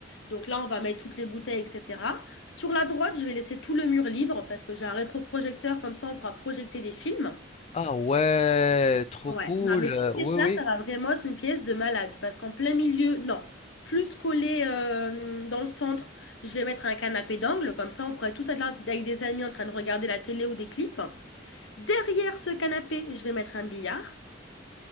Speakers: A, on the left; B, on the left.
A: Donc là, on va mettre toutes les bouteilles, etc. Sur la droite, je vais laisser tout le mur libre parce que j'ai un rétroprojecteur, comme ça, on pourra projeter des films.
B: Ah ouais, trop
A: Ouais,
B: cool.
A: non, mais cette
B: Euh,
A: pièce-là,
B: Oui, oui.
A: ça va vraiment être une pièce de malade parce qu'en plein milieu, non, plus collé euh, dans le centre, je vais mettre un canapé d'angle, comme ça on pourrait tous être là avec des amis en train de regarder la télé ou des clips. Derrière ce canapé, je vais mettre un billard.